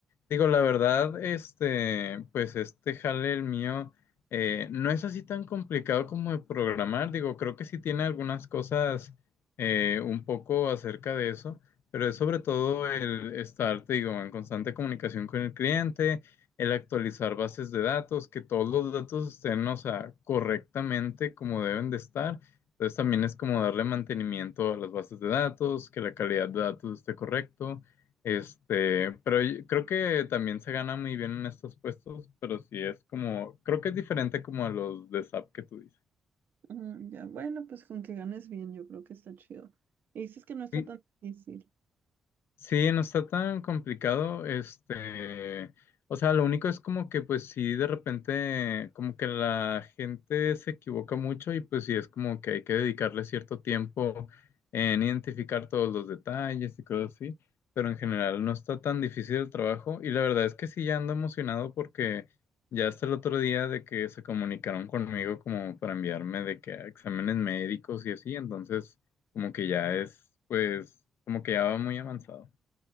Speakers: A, on the left; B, on the right.
A: Digo, la verdad, este, pues este jale el mío eh, no es así tan complicado como de programar. Digo, creo que sí tiene algunas cosas eh, un poco acerca de eso, pero es sobre todo el estar, te digo, en constante comunicación con el cliente, el actualizar bases de datos, que todos los datos estén, o sea, correctamente como deben de estar. Entonces también es como darle mantenimiento a las bases de datos, que la calidad de datos esté correcto. Este, pero yo creo que también se gana muy bien en estos puestos, pero sí es como, creo que es diferente como a los de SAP que tú dices.
B: Mm, ya, bueno, pues con que ganes bien, yo creo que está chido. Y dices que no está
A: Y
B: tan difícil.
A: Sí, no está tan complicado, este, o sea, lo único es como que pues sí, de repente como que la gente se equivoca mucho y pues sí es como que hay que dedicarle cierto tiempo en identificar todos los detalles y cosas así, pero en general no está tan difícil el trabajo y la verdad es que sí ya ando emocionado porque ya hasta el otro día de que se comunicaron conmigo como para enviarme de que a exámenes médicos y así, entonces como que ya es pues como que ya va muy avanzado.